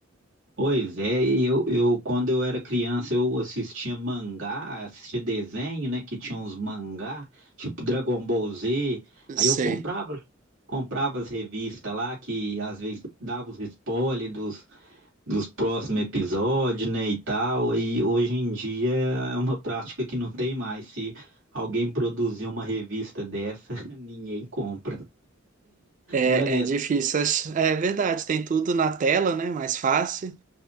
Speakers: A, on the right; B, on the right.
A: Pois é, e eu, eu quando eu era criança eu assistia mangá, assistia desenho, né, que tinha uns mangá, tipo Dragon Ball Z.
B: Não
A: Aí
B: sei.
A: eu comprava comprava as revistas lá que às vezes dava os spoilers dos, dos próximos episódios, né, e tal. E hoje em dia é uma prática que não tem mais. Se alguém produzir uma revista dessa, <laughs> ninguém compra.
B: É,
A: Não é
B: é difícil. ach- É verdade, tem tudo na tela, né? Mais fácil.